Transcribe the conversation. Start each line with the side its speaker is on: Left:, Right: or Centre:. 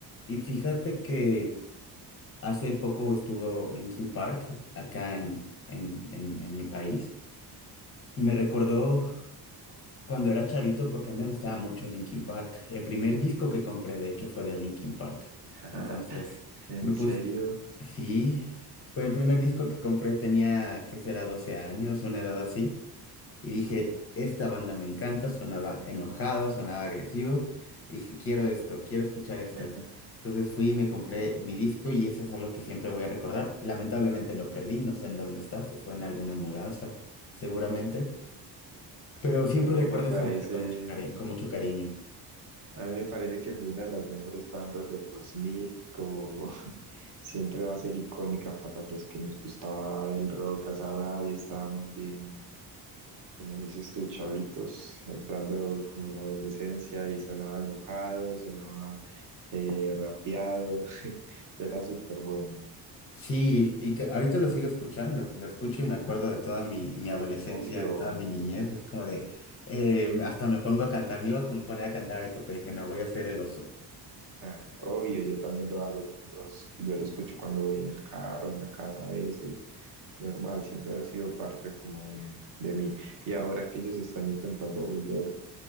Left: Y fíjate que hace poco estuvo Linkin Park acá en, en, en, en mi país y me recordó cuando era chavito porque a mí me gustaba mucho Linkin Park. El primer disco que compré, de hecho, fue de Linkin Park.
Right: <laughs>
Left: Entonces
Right: ¿En
Left: me puse,
Right: serio?
Left: sí, fue el primer disco que compré, tenía, ¿qué será? doce años, una edad así. Y dije, esta banda me encanta, sonaba enojado, sonaba agresivo. Y dije, quiero esto, quiero escuchar
Right: <laughs>
Left: esto. Entonces fui y me compré mi disco y eso es algo que siempre voy a recordar. Lamentablemente lo perdí, no sé en dónde está, se fue en alguna mudanza, seguramente. Pero siempre
Right: A mí
Left: recuerdo
Right: me parece,
Left: esa banda con mucho cari- con mucho cariño.
Right: a mí me parece que fue una de las mejores bandas del 2000, como <laughs> siempre va a ser icónica para los que nos gustaba el rock a esa edad y estábamos bien, como dices tú, chavitos, entrando como en la adolescencia y sonaba enojado, sonaba eh, rapeado, <laughs> era súper bueno.
Left: Sí, y que ahorita lo sigo escuchando, lo escucho y me acuerdo de toda mi, mi adolescencia,
Right: Obvio.
Left: de toda mi niñez. Es como de, eh, hasta me pongo a cantar, me iba a poner a cantar ahorita, pero dije, no, voy a ser el oso.
Right: <laughs> Ja, Obvio, yo también lo hago, yo, los- yo lo escucho cuando voy en el carro, en la casa a veces, normal, siempre ha sido parte como de, de mí. Y ahora que ellos están intentando volver